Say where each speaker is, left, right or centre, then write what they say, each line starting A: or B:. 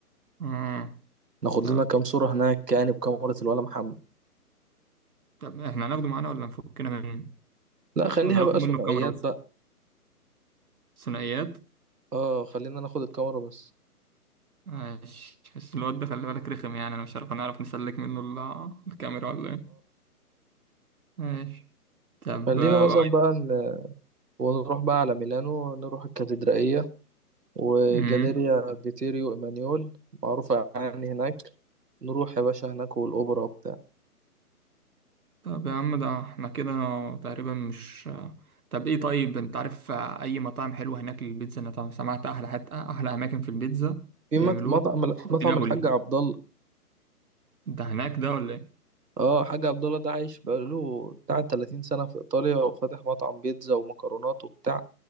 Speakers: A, on the right; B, on the right.
A: مم.
B: ناخد
A: طب
B: لنا كام صورة هناك يعني بكاميرا الولا محمد
A: طب احنا هناخده معانا ولا نفكنا منه
B: لا خليها
A: ولا ناخد
B: بقى
A: منه
B: ثنائيات
A: الكاميرا بس
B: بقى
A: ثنائيات
B: اه خلينا ناخد الكاميرا بس
A: ماشي بس الواد ده خلي بالك رخم يعني انا مش عارف هنعرف نسلك منه ال- الكاميرا ولا ايه ماشي طب
B: خلينا
A: آه،
B: مثلا بقى ونروح بقى على ميلانو نروح الكاتدرائية وجاليريا
A: امم
B: فيتيريو إيمانيول معروفة يعني هناك نروح يا باشا هناك والأوبرا وبتاع
A: طب يا عم ده احنا كده تقريبا مش طب ايه طيب انت عارف اي مطاعم حلوه هناك للبيتزا انا طبعا سمعت احلى حتى احلى اماكن في البيتزا
B: في
A: بيعملوها
B: مط- مطعم مطعم
A: في نابولي
B: الحاج عبد الله
A: ده هناك ده ولا ايه
B: اه حاج عبد الله ده عايش بقاله بتاع 30 سنة في إيطاليا وفاتح مطعم بيتزا ومكرونات وبتاع